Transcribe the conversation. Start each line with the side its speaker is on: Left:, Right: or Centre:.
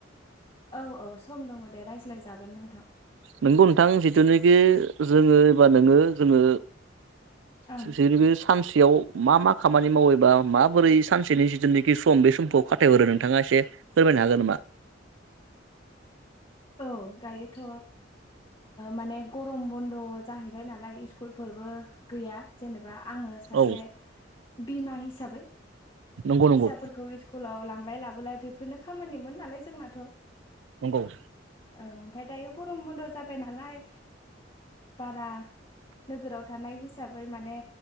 Left: औ औ सम दङ दे रायज्लायजागोन नोंथां
Right: नोंगौ नोंथां जिथुनिखि जोङो एबा नोङो जोङो
Left: ओं
Right: जै बे सानसेयाव मा मा खामानि मावबा माबोरै सानसेनि जिथुनाखि सम बे समखौ फाथाय हरो नोंथाङा एसे फोरमायनो हागोन नामा
Left: औ दायोथ' माने गरम बन्द' जाहैबाय नालाय स्कुलफोरबो गैया जेनेबा आङो सासे
Right: औ
Left: बिमा हिसाबै
Right: नंगौ नंगौ
Left: फिसाफोरखौ स्कुलाव लांलाय लाबोलाय बेफोरनो खामानिमोन नालाय जोंनाथ'
Right: नंगौ
Left: औ ओमफ्राय दायो गरम बन्द' जाबाय नालाय बारा नोगोराव थानाय हिसाबै हिसाबै माने